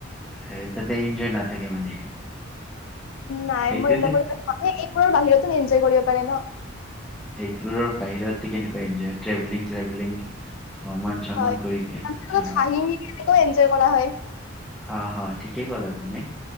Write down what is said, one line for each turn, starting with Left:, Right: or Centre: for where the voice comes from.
Centre: সেই তাতে এনজয় না থাকে মানে,
Left: নাই
Centre: সেইটোতে
Left: মই এইবিলাকৰ, ঘৰ বাহিৰতো এন্জয় কৰিব পাৰে ন।
Centre: সেইবোৰৰ বাহিৰত কেনেকুৱা এনজয় ট্ৰেভেলিং চেভেলিং ভ্ৰমণ চমন
Left: হয়
Centre: কৰিকে অ',
Left: আ লগত হাঁহি মিলিনেক এনজয় কৰা হয়।
Centre: অ অ ঠিকেই ক'লা তুমি।